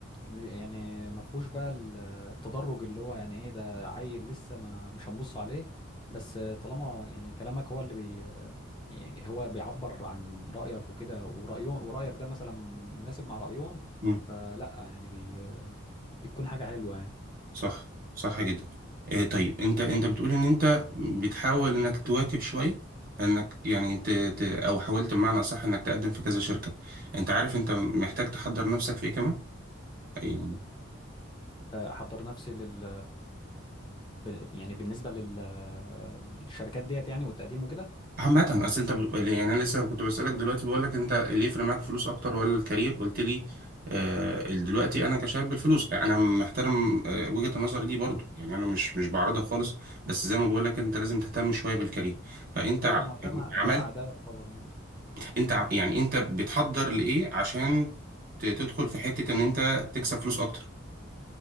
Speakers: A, on the left; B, on the right.
A: م- يعني ما فيهوش بقى ال- التدرج اللي هو يعني ايه ده عيل لسه ما مش هنبص عليه بس طالما يعني كلامك هو اللي بي يعني هو بيعبر عن رايك وكده ورايهم ورايك ده مثلا مناسب مع رايهم
B: مم.
A: فلا يعني بي بتكون حاجه حلوه يعني
B: صح صح جدا آه، طيب أنت أنت بتقول إن أنت بتحاول إنك تواكب شوية انك يعني ت... ت... او حاولت بمعنى صح انك تقدم في كذا شركة انت عارف انت محتاج تحضر نفسك في ايه كمان يعني
A: احضر نفسي لل ب- يعني بالنسبة لل- للشركات ديت يعني والتقديم وكده
B: عامة اصل انت ب... يعني انا لسه كنت بسألك دلوقتي بقول لك انت اللي يفرق معاك فلوس اكتر ولا الكارير قلت لي آه ال- دلوقتي انا كشاب الفلوس انا محترم آه وجهة النظر دي برضو يعني انا مش مش بعرضها خالص بس زي ما بقول لك انت لازم تهتم شوية بالكارير فانت ع-
A: ايوه ما هو
B: يعني
A: ده مع
B: عملت
A: ده مع ده يعتبر يعني
B: انت ع- يعني انت بتحضر لايه عشان ت- تدخل في حتة ان انت تكسب فلوس اكتر